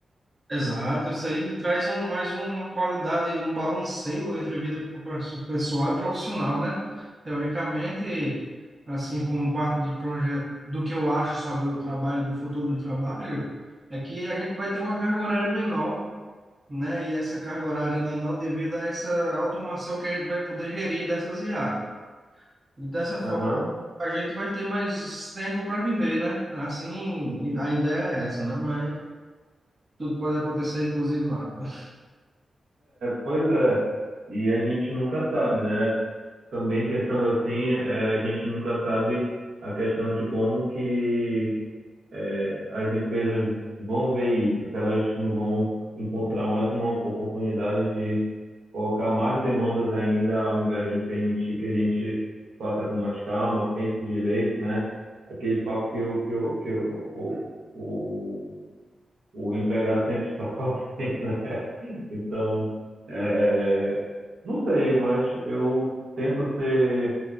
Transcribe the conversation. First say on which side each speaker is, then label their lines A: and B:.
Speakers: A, on the right; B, on the right.
A: exato, isso aí ele traz um, mais um, uma qualidade, um balanceio entre vida pro- pessoal e profissional, né? Teoricamente, assim, como parte do projeto, do que eu acho sobre o trabalho, do futuro do trabalho, é que a gente vai ter uma carga horária menor, né? E essa carga horária menor devido a essa automação que a gente vai poder gerir dessas IA. E dessa forma,
B: Aham.
A: a gente vai ter mais tempo para viver, né? Assim, a ideia é essa, né? Mas tudo pode acontecer, inclusive nada.
B: Pois é. E a gente nunca sabe, né? Também pensando assim, eh, a gente nunca sabe a questão de como que é, as empresas vão ver isso, se elas não vão encontrar mais uma oportunidade de colocar mais demandas ainda, ao invés de permitir que a gente faça com mais calma, pense direito, né? Aquele papo que, o que, o que o, o, o o empregado sempre <laughs> sofre, né? Então, eh, não sei, mas eu tento ser